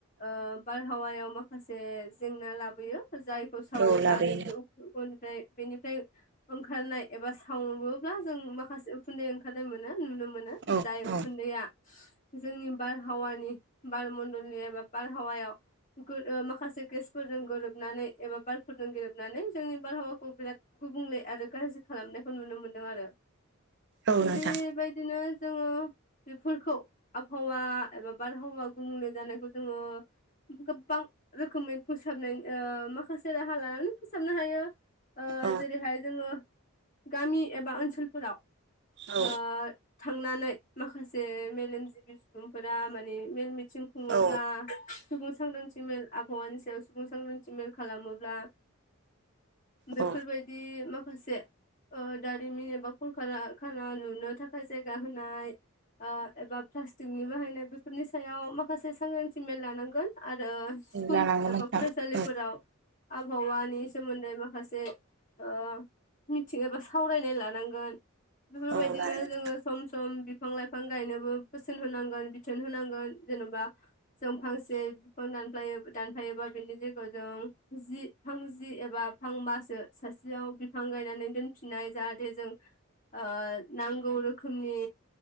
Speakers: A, on the left (about 40°); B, on the right (about 55°).
A: ओ बार हावायाव माखासे जेंना लाबोयो जायखौ सावोब्ला
B: औ लाबोयो
A: बेनि <unintelligible> बेनिफ्राय ओंखारनाय एबा सावोब्ला जों माखासे उखुन्दै ओंखारनाय मोनो नुनो मो मोनो
B: नोंथां औ
A: जाय
B: औ
A: उखुन्दैआ जोंनि बारहावानि बार मण्डलनि एबा बारहावायाव ओ माखासे गेसफोरजों गोरोबनानै एबा बारफोरजों गोरोबनानै जोंनि बारहावाखौ बिराद गुबुंले आरो गाज्रि खालामनायखौ नुनो मोनदों आरो
B: औ नोंथां
A: बेबायदिनो जोङो बेफोरखौ आबहावा एबा बारहावा गुबुंले जानायखौ जोङो गोबां रोखोमै फोसाबनाय ओ माखासे राहा लानानै फोसाबनो हायो ओ
B: औ
A: जेरैहाय जोङो गामि एबा ओनसोलफोराव
B: औ
A: ओ थांनानै <inaudible> माखासे मेलेमजिबि सुबुंफोरा माने मेल मि थिं खुङोब्ला
B: औ
A: सुबुं सांग्रांथिमेल आबहावानि सायाव सुबुं सांग्रांथिमेल खालामोब्ला बेफोरबायदि
B: औ
A: मा माखासे ओ दारिमिन एबा कलकारखाना लुनो थाखाय जायगा होनाय ओ एबा प्लास्टिकनि बाहायनाय बेफोरनि सायाव माखासे सांग्रांथि मेल लानांगौ <inaudible> आरो स्कुल
B: लानांगोन
A: एबा
B: नोंथां
A: फरायसालिफोराव
B: औ
A: आबहावानि सोमोन्दै माखासे ओ मिथिं एबा सावरायनाय लानांगोन बेफोरबायदिनो
B: औ लानांगोन
A: जोङो सम सम बिफां लाइफां गायनोबो बोसोन होनांगोन बिथोन होनांगोन जेनेबा जों फांसे बिफां दानफायो दानफायोबा बिनि जायगायाव जों जि फां जि एबा फांबासो सासेयाव बिफां गायनानै दोनफिननाय जाहाथे जों ओ नांगौ रोखोमनि